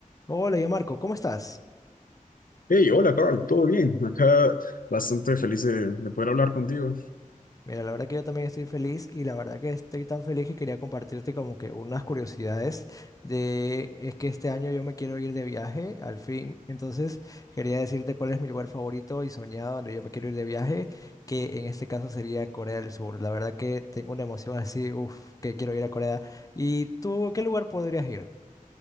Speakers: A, on the left; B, on the left.
A: Hola, yo Marco, ¿cómo estás?
B: Hey, hola Carl, ¿todo bien? Acá bastante feliz de, de poder hablar contigo.
A: Mira, la verdad que yo también estoy feliz y la verdad que estoy tan feliz que quería compartirte como que unas curiosidades de es que este año yo me quiero ir de viaje, al fin. Entonces, quería decirte cuál es mi lugar favorito y soñado donde yo me quiero ir de viaje, que en este caso sería Corea del Sur. La verdad que tengo una emoción así, uff, que quiero ir a Corea. ¿Y tú, qué lugar podrías ir?